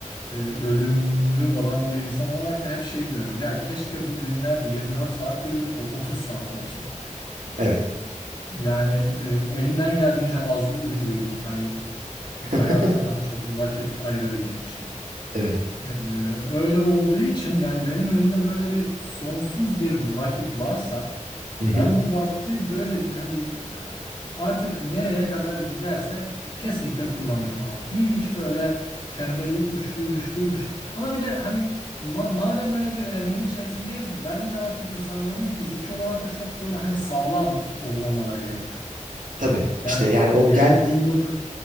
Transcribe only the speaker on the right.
evet.
<laughs>
Evet.
Hı hı.
Tabii.
İşte yani
o gen